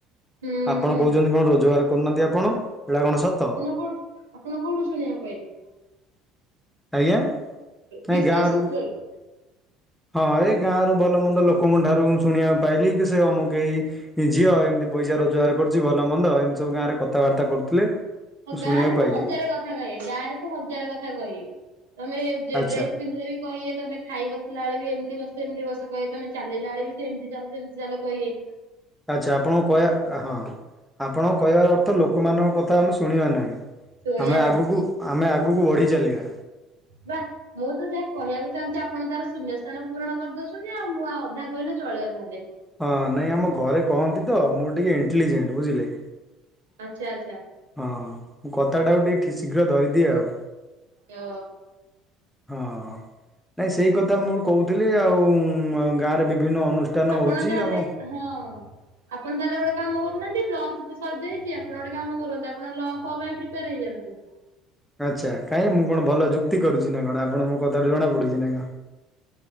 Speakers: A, on the right; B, in the centre.
A: ହୁଁ
B: ଆପଣ
A: ହୁଁ।
B: କହୁଛନ୍ତି, କଣ ରୋଜଗାର କରୁନାହାନ୍ତି ଆପଣ ଏଇଟା କଣ ସତ
A: ଆପଣ କୋଉଠି ଆପଣ କୋଉଠୁ ଶୁଣିବାକୁ କହଲେ
B: ଆଜ୍ଞା
A: ବିଶେଷ
B: ଆ ଗା ର
A: ସୂତ୍ରରୁ।
B: ହଁ। ଗାଁରୁ ଭଲ ମନ୍ଦ ଲୋକଙ୍କ ଠାରୁ ଶୁଣିବାକୁ ପାଇଲି କି ସେ ଅମକହି ଝିଅ ଏମିତି ପଇସା ରୋଜଗାର କରୁଛି ଭଲ ମନ୍ଦ ଏମିତି ସବୁ ଗାଁରେ କଥାବାର୍ତ୍ତା କରୁଥିଲେ
A: ହଁ
B: ମୁଁ ଶୁଣିବାକୁ
A: ଗାଁ ରେ
B: ପାଇଲି
A: ତ ହଜାରେ କଥା କହେ ଗାଁ ରେ ତ ହଜାର କଥା କହେ ତମେ ଡ୍ରେସ
B: ଆଚ୍ଛା
A: ପିନ୍ଧିଲେ ବି କହିବେ ତମେ ଖାଇ ବସିଲା ବେଳେ ବି ଏମିତି ବସ ଏମିତି ବସ କହିବେ ତମେ ଚାଲିଲା ବେ ବି ସେମିତି ଚାଲ ସେମିତି ଚାଲ କହିହେ
B: ଆଛା ଆପଣଙ୍କୁ କହିବା ହଁ ଆପଣ
A: ହଁ
B: କହିବାର ଅର୍ଥ ଲୋକମାନଙ୍କ କଥା ଆମେ ଶୁଣିବା ନାହିଁ।
A: ଶୁଣିଆ
B: ଆମେ
A: ନାହିଁ।
B: ଆଗକୁ ଆମେ ଆଗକୁ ବଢି ଚାଲିବା।
A: ବା ମୁଁ ତ ଯାହା କହିବାକୁ ଚାହୁଁଛି ଆପଣ ତାର ଶୂନ୍ୟ ସ୍ଥାନ ପୂରଣ କରିଦଉଛନ୍ତି ଆଉ ମୁଁ ଆଉ ଅଧା କହିଲେ ଚଳିବ ତାହେଲେ।
B: ହଁ ନାଇଁ ଆମ ଘରେ କହନ୍ତି ତ ମୁଁ ଟିକେ ଇଣ୍ଟେଲିଜେଣ୍ଟ ବୁଝିଲେ।
A: ଆଚ୍ଛା ଆଚ୍ଛା।
B: ହଁ ମୁଁ କଥାଟାକୁଉ ଟିକେ ଠିକ ଶୀଘ୍ର ଧରିଦିଏ ଆଉ।
A: ଓ।
B: ହଁ ନାଇଁ ସେଇ କଥା ମୁଁ କହୁଥିଲି ଆଉ ଗାଁରେ ବିଭିନ୍ନ ଅନୁଷ୍ଠାନ
A: ଆପଣ
B: ହଉଛି
A: ତାହେଲେ
B: ଆମ
A: ହଁ ଆପଣ ତାହେଲେ ଗୋଟେ କାମ କରୁନାହାନ୍ତି ପ୍ଲସ ସଜ ହୋଇଛି ଆପଣ ଗୋଟେ କାମ କରନ୍ତୁ ଆପଣ ଲ ପାଇଁ ପ୍ରିପେୟାର ହେଇଯାନ୍ତୁ।
B: ଆଚ୍ଛା କାହିଁ ମୁଁ କଣ ଭଲ ଯୁକ୍ତି କରୁଛି ନା କଣ ଆପଣ ମୋ କଥାାରୁ ଜଣା ପଡୁଛି ନା କଣ?